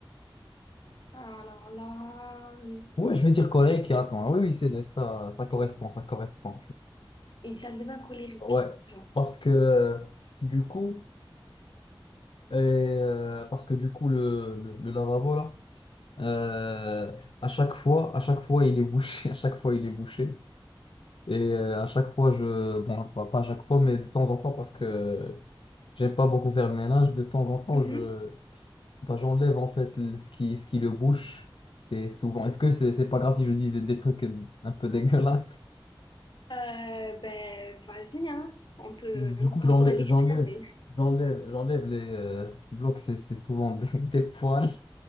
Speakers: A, on the left; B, on the left.
A: Alors là, hum,
B: ouais, je vais dire colérique. Attends, oui, oui, c'est ça, ça correspond, ça correspond.
A: une salle de bain colérique.
B: Ouais,
A: Genre,
B: parce que
A: ok.
B: euh, du coup, et, euh, parce que du coup, le, le, le lavabo là, euh, à chaque fois, à chaque fois, il est bouché, <laughs> à chaque fois, il est bouché. Et euh, à chaque fois, je... Bon, pas, pas à chaque fois, mais de temps en temps, parce que j'aime pas beaucoup faire le ménage, de temps en temps,
A: Mhm.
B: je... bah, j'enlève en fait le- ce qui, ce qui le bouche. C'est souvent... Est-ce que c'est c'est pas grave si je dis des, des trucs un peu dégueulasses?
A: Euh, ben, vas-y, hein. On peut
B: Du coup,
A: pas
B: j'enlève,
A: trop dans l'extrême,
B: j'enlève.
A: mais.
B: J'enlève, j'enlève les... euh, ce qui bloque, c'est c'est souvent des, <laughs> des poils.